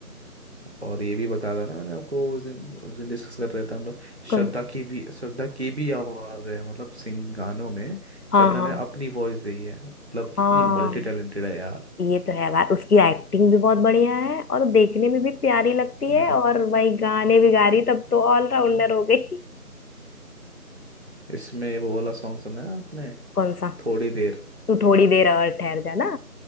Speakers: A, on the right; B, on the left.
A: और ये भी बता था ना मैंने आपको उस दिन उस दिन डिस्कस कर रहे थे हम लोग
B: कम-
A: श्रद्धा की भी श्रद्धा की भी आवाज है मतलब सिंग गानों में
B: हाँ
A: श्रद्धा
B: हाँ
A: ने अपनी वॉइस दी है मतलब कितनी
B: हाँ
A: मल्टी टैलेंटेड है यार
B: ये तो है यार उसकी एक्टिंग भी बहुत बढ़िया है और देखने में भी प्यारी लगती
A: मैं
B: है
A: तो
B: और वही गाने भी गा रही तब तो ऑलराउंडर
A: हम्म।
B: हो गई
A: इसमें वो वाला सॉन्ग सुना है आपने
B: कौन सा
A: थोड़ी देर
B: तू थोड़ी देर और ठहर जा ना